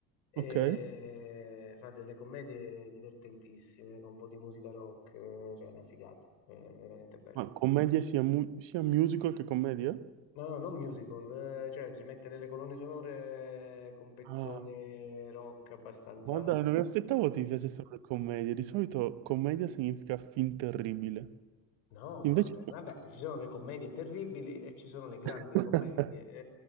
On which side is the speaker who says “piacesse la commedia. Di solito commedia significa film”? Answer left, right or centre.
Right